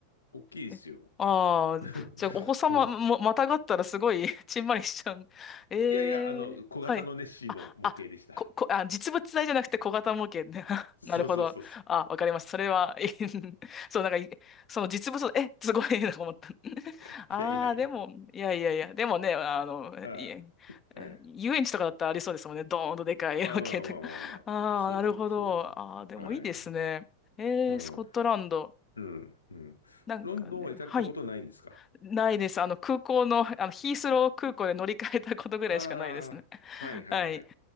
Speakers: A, on the left; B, on the left.
A: 大きいですよ。
B: えああ、
A: <laughs>
B: じゃあ、お子様も、
A: うん。
B: またがったらすごい <laughs> ちんまりしちゃう。ええはい。
A: いやいや、あの、小型のネッシーの模型でした。
B: あ、あ、こ、こ、あ、実物大じゃなくて小型模型ね。<laughs>
A: そうそうそうそ
B: なるほど。あ、わかりますそれは、いい <laughs> そう、なんかい、その実物、え、すごい <laughs> なと思った。<laughs>
A: う。
B: ああ、
A: いやいやいや。
B: でも、いやいやいや、でもね、あの、
A: あ
B: いえ、
A: あ、
B: え遊園地とかだったらありそうですもんね。
A: ええ。
B: ドーンとでかい
A: まあまあまあまあまあ。
B: <laughs> 模型とか。ああ、
A: そうそうそう。
B: なるほど。ああ、でもいいですね。
A: はい。
B: ええスコットランド。
A: うん。うん。うん。
B: なんかね、
A: ロンドンは行かれたことないんですか
B: はい。ないです。あの、空港の、あの、ヒースロー空港で乗り換えたことぐらいしかないですね。
A: ああ、
B: <laughs>
A: はいはいはい。
B: はい。